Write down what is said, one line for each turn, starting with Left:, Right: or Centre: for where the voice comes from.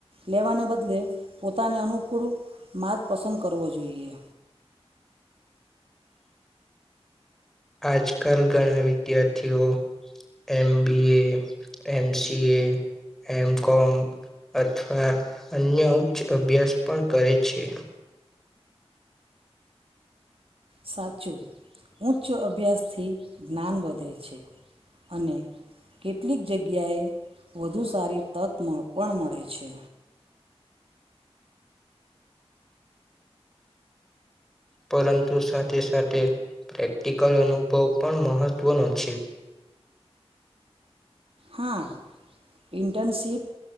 Right: લેવાને બદલે પોતાને અનુકૂળ માર્ગ પસંદ કરવો જોઈએ.
Centre: આજકાલ ઘણા વિદ્યાર્થીઓ એમ બી એ, એમ સી એ, એમ કોમ, અથવા અન્ય ઉચ્ચ અભ્યાસ પણ કરે છે.
Right: સાચું ઉચ્ચ અભ્યાસથી જ્ઞાન વધે છે, અને કેટલીક જગ્યાએ વધુ સારી તક પણ મળે છે.
Centre: પરંતુ સાથે સાથે પ્રેક્ટિકલ અનુભવ પણ મહત્ત્વનો છે.
Right: હા, ઇન્ટર્નશીપ